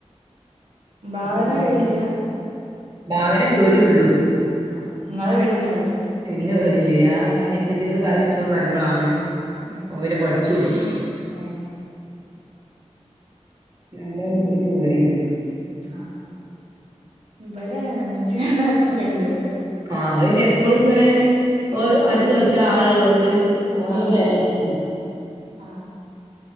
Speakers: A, on the right; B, on the right.
A: ഭാവന
B: ഇപ്പൊ വേറെ-
A: വേടില്ല.
B: ഭാവനെ പേടിയുള്ളൂ.
A: ആഹ് ഇങ്ങളെ പേടിണ്ടാവില്ലല്ലേ
B: പിന്നെ കളിയില്ലേ ഞാൻ ആഹ് ഇപ്പച്ചിയോട് പറയിട്ടോന്ന് പറുമ്പോളാണ്
A: ഉം
B: ഓന്‍ പിന്നെ പഠിച്ചോളും.
A: ഏഹ്
B: അല്ല ഒന്നും പോൽക്ക് പേടിയില്ല.
A: ആഹ് ഇവിടെ അങ്ങന്നെ ഉമ്മച്ചി ഒന്നും ആർക്കും പേടിയില്ല.
B: ആഹ് ഇനി എപ്പോളും ഇങ്ങനെ
A: പേടിയാ
B: ആറ്റി തൊളിച്ച ആളി ഇള്ളോണ്ട് ഒരു
A: ആഹ്
B: വെലയിലാക്കി.
A: ആഹ്